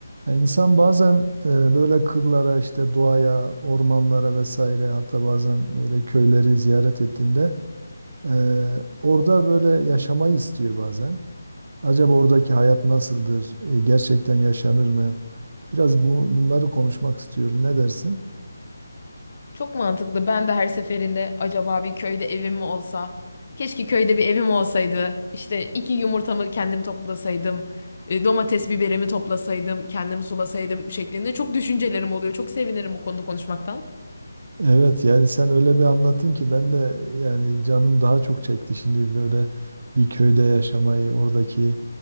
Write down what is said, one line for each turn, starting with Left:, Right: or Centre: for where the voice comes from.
Right: Yani insan bazen e, böyle kırlara işte doğaya, ormanlara vesaire hatta bazen böyle köyleri ziyaret ettiğinde e, orada böyle yaşamayı istiyor bazen. Acaba oradaki hayat nasıldır? E, gerçekten yaşanır mı? Biraz bu, bunları konuşmak istiyorum. Ne dersin?
Left: Çok mantıklı. Ben de her seferinde acaba bir köyde evim mi olsa? Keşke köyde bir evim olsaydı. İşte iki yumurtamı kendim toplasaydım. e, Domates biberimi toplasaydım, kendim sulasaydım şeklinde çok düşüncelerim oluyor. Çok sevinirim bu konuda konuşmaktan.
Right: Evet yani sen öyle bir anlattın ki ben de yani canım daha çok çekti şimdi böyle bir köyde yaşamayı oradaki